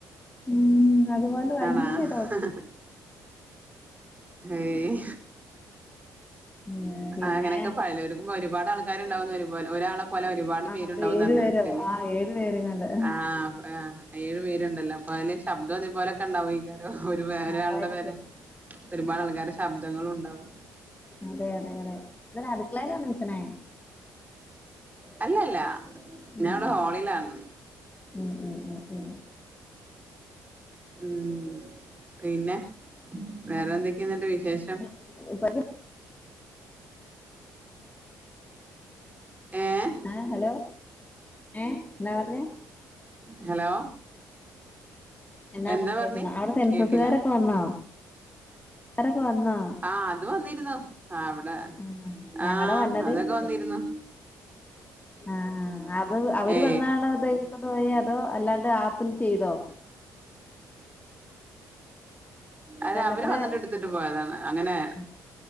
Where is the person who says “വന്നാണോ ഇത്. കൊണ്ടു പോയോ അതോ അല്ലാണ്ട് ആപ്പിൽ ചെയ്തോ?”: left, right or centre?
Left